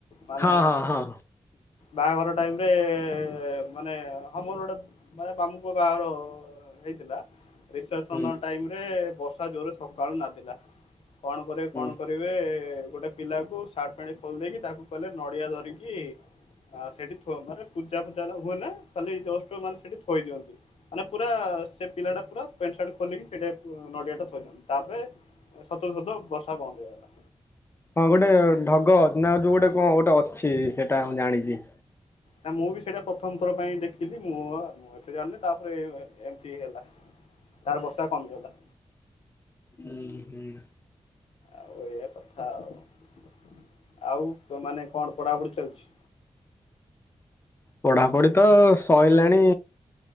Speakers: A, on the left; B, on the left.
A: ମାନେ
B: ହଁ ହଁ ହଁ।
A: ବାଆଘର ଟାଇମ୍ ରେ ଏ ମାନେ ଆମର୍ ଗୋଟେ ମାନେ ମାମୁଁ ପୁଅ ବାଘର ହେଇଥିଲା। ରିସେପ୍ସନ
B: ହୁଁ ହୁଁ
A: ଟାଇମ୍ ରେ ବର୍ଷା ଜୋର୍ରେ ସକାଳୁ ନାଦିଲା। କଣ କରିଏ
B: ହୁଁ।
A: କଣ କରିବେ ଗୋଟେ ପିଲାକୁ ସାର୍ଟ ପେଣ୍ଟ ଖୋଲ୍ ଦେଇକି ତାକୁ କଇଲେ ନଡ଼ିଆ ଧରିକି ଆ ସେଡି ଥ ମାନେ ପୂଜା ଫୂଜା ନା ହୁଏ ନା ଖାଲି ଜଷ୍ଟ୍ ମାନେ ସେଠି ଥୋଇ ଦିଅନ୍ତି, ମାନେ ପୁରା ଆ ସେ ପିଲା ଟା ପୁରା ପେଣ୍ଟ୍ ସାର୍ଟ ଖୋଲିକି ସେଇଟା ଉ ନଡିଆଟା ଥୋଇଲା, ତାପରେ ସତ୍ କୁ ସତ ବର୍ଷା ବନ୍ଦ୍ ହେଇଗଲା।
B: ହଁ ଗୋଟେ ଢଗ ନା ଯୋଉ ଗୋଟେ କଣ ଗୋଟେ ଅଛି ସେଇଟା ମୁଁ ଜାଣିଛି।
A: ନା ମୁଁ ବି ସେଇଟା ପ୍ରଥମ୍ ଥର ପାଇଁ ଦେଖିଲି ମୁଁ-ଆ-ମୁଁ ଏତେ ଜାଣିନି ତା ଓଏ ଏମତି ହେଇଗଲା। ତାର୍ ବର୍ଷା କମିଗଲା।
B: ହୁଁ ହୁଁ
A: ଆଉ ଏୟା କଥା ଆଉ ଆଉ ତ ମାନେ କଣ୍ ପଢ଼ାପଢ଼ି ଚାଲଛି?
B: ପଢ଼ାପଢ଼ି ତ ସଇଲାଣି।